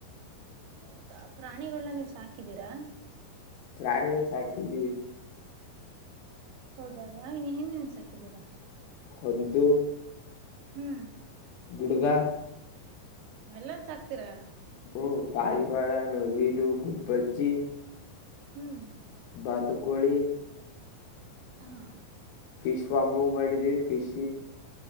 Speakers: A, on the right; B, on the left.
A: ಹೌದಾ ಪ್ರಾಣಿಗಳನ್ನ ನೀವು ಸಾಕಿದೀರಾ.
B: ಪ್ರಾಣಿಗಳು ಸಾಕಿದ್ದೀವಿ.
A: ಹೌದಾ ಯಾವ ಏನ ಸಾಕಿದ್ದೀರಾ.
B: ಹೊದ್ದು.
A: ಹ್ಮ್-.
B: ಗಿಡುಗ
A: ಎಲ್ಲ-ನು -ಸಾಕ್ತೀರಾ.
B: ಹ -ಪಾರಿವಾಳ ನವಿಲು ಗುಬ್ಬಚ್ಚಿ.
A: ಹುಂ
B: ಬಾತುಕೋಳಿ
A: ಹಾ
B: ಫಿಶ್ ಫಾರ್ಮ್ ಹ ಮಾಡಿದೀವಿ ಫಿಶ್